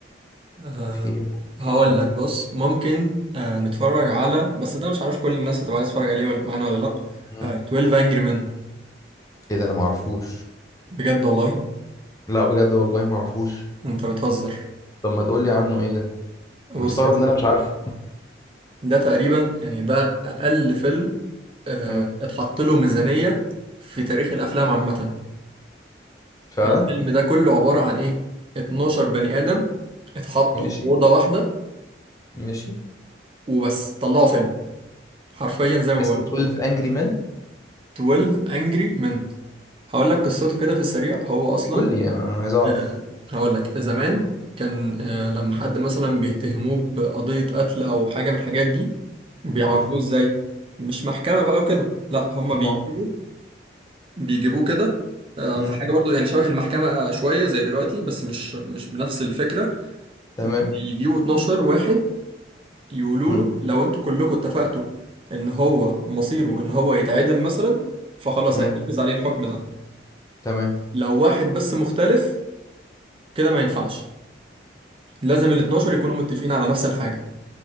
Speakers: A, on the right; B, on the left.
A: أه
B: في ممكن
A: هقول
B: نش-
A: لك بص ممكن أه نتفرج على بس ده مش عارف كل الناس هتبقى عايز تتفرج عليه ولا معانا ولا لا
B: مم.
A: أه 12 Angry Men
B: ايه ده انا ما اعرفوش
A: بجد والله
B: لا بجد والله ما اعرفوش
A: انت بتهزر
B: طب ما تقول لي عنه ايه ده
A: بص
B: أنا مستغرب
A: يا سيدي،
B: ان انا مش عارفه
A: ده تقريبا يعني ده اقل فيلم أه
B: مم.
A: اتحط له ميزانية في تاريخ الافلام عامة
B: فعلا
A: الفيلم ده كله عبارة عن ايه 12 بني ادم اتحطوا
B: ماشي
A: في أوضة واحدة
B: ماشي
A: وبس طلعوا فيلم حرفيا زي ما بقول
B: اسمه
A: لك
B: 12 انجري مان
A: 12 Angry Men هقول لك قصته كده في السريع هو اصلا
B: قول لي انا عايز اعرف
A: آه، هقول لك زمان كان آه، لما حد مثلا بيتهموه بقضية قتل أو حاجة من الحاجات دي بيعاقبوه
B: مم.
A: إزاي؟ مش محكمة بقى وكده لا هما
B: ما
A: بيجيبوه بيجيبوه كده آه،
B: مم.
A: في حاجة برضو يعني شبه المحكمة آه، شوية زي دلوقتي بس مش مش بنفس الفكرة
B: تمام
A: ويجيبوا 12 واحد يقولوا
B: مم.
A: له لو انتوا كلكم اتفقتوا ان هو مصيره ان هو يتعدم مثلا فخلاص
B: مم.
A: هيتنفذ عليه الحكم ده
B: تمام
A: لو واحد بس مختلف كده ما ينفعش لازم ال 12 يكونوا متفقين على نفس الحاجة